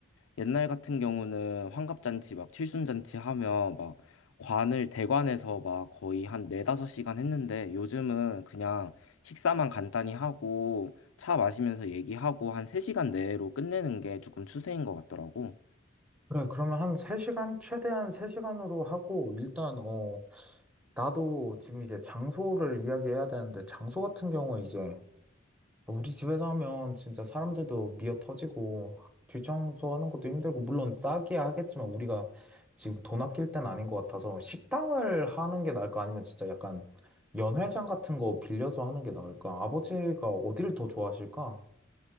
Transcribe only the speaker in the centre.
그래, 그러면 한 3시간? 최대한 3시간으로 하고, 일단, 어, 나도 지금 이제 장소를 이야기해야 되는데, 장소 같은 경우에 이제, 우리 집에서 하면 진짜 사람들도 미어 터지고 뒷청소하는 것도 힘들고 물론 싸게 하겠지만 우리가 지금 돈 아낄 땐 아닌 것 같아서 식당을 하는 게 나을까 아니면 진짜 약간 연회장 같은 거 빌려서 하는 게 나을까? 아버지가 어디를 더 좋아하실까?